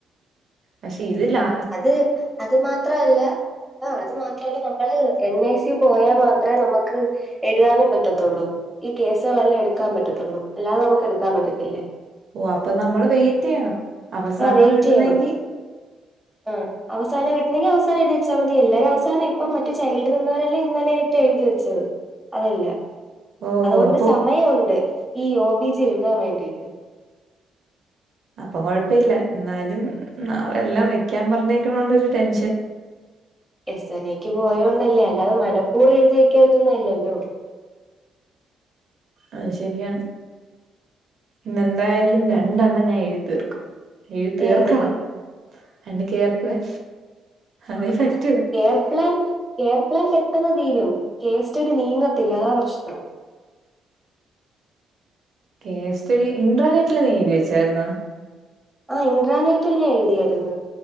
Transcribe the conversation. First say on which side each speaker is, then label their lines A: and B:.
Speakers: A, on the right; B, in the centre.
A: പക്ഷെ ഇതിലാ
B: അത് അത് മാത്രല്ലാ ആ അത് മാത്രല്ല നമ്മള് എൻ ഐ സി പോയാൽ മാത്രമേ നമുക്ക് എഴുതാനും പറ്റത്തുള്ളൂ ഈ കേസുകളെല്ലാം എടുക്കാൻ പറ്റത്തുള്ളൂ അല്ലാതെ നമുക്ക് എടുക്കാൻ പറ്റത്തില്ല
A: ഓ അപ്പൊ നമ്മൾ വെയിറ്റ് ചെയ്യണം അവസാനമാണ്
B: ആ വെയിറ്റ്
A: കിട്ടുന്നതെങ്കി
B: ചെയ്യണം ആഹ് അവസാനം കിട്ടുന്നെങ്കിൽ അവസാന എഴുതി വച്ചാൽ മതി എല്ലാരും അവസാനം ഇപ്പം മറ്റേ ചൈൽഡ് നിന്നവരെല്ലാം ഇന്നലെയായിട്ട് എഴുതി വെച്ചത് അതല്ല
A: ഓ
B: അതുകൊണ്ട്
A: അപ്പൊ
B: സമയമുണ്ട് ഈ ഓബിജി എഴുതാൻ വേണ്ടിട്ട്
A: അപ്പം കൊഴപ്പവില്ല എന്നാലും നാളെയെല്ലാം വെക്കാൻ പറഞ്ഞേക്കണണ്ട് ഒരു ടെൻഷൻ..
B: എസ്സനേക്ക് പോയോണ്ടല്ലേ അല്ലാതെ മനപ്പൂർവം എഴുതി വെക്കാതിരുന്നതല്ലല്ലോ
A: അത് ശരിയാണ് ഇന്നെന്തായാലും രണ്ടെണ്ണം ഞാൻ എഴുതി തീർക്കും എഴു തീർക്കണം
B: ഏതൊക്കെ
A: രണ്ട് കെയർ പ്ലാൻ അതേ
B: ആഹ്
A: പറ്റൂ
B: ആഹ് കെയർപ്ലാൻ കെയർപ്ലാൻ പെട്ടെന്ന് തീരും കേസ്റ്റടി നീങ്ങത്തില്ല അതാ പ്രശ്നം
A: കേസ്റ്റഡി ഇട്രാനെറ്റില് നീ എഴുതി വെച്ചായിരുന്ന
B: ആ ഇൻട്രാനേറ്റിൽ ഞാൻ എഴുതിയായിരുന്നു